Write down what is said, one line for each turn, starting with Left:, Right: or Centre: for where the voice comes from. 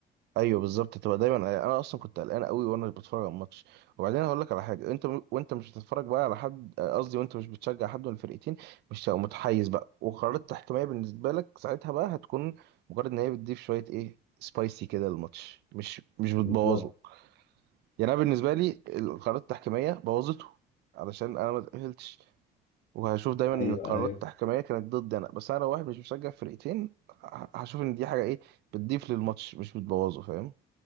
Right: ايوه بالظبط تبقى دايما يعني انا اصلا كنت قلقان قوي وانا بتفرج على الماتش وبعدين هقول لك على حاجه انت م... وانت مش بتتفرج بقى على حد آه، قصدي وانت مش بتشجع حد من الفرقتين مش هتبقى متحيز بقى وقرارات تحكيميه بالنسبه لك ساعتها بقى هتكون مجرد ان هي بتضيف شويه ايه سبايسي كده للماتش مش مش بتبوظه
Left: بالظبط
Right: يعني انا بالنسبه لي القرارات التحكيميه بوظته علشان انا ما تاهلتش وهشوف دايما ان
Left: ايوه
Right: القرارات
Left: ايوه
Right: التحكيميه كانت ضدي انا بس انا لو واحد مش مشجع فرقتين ه- هشوف ان دي حاجه ايه بتضيف للماتش مش بتبوظه فاهم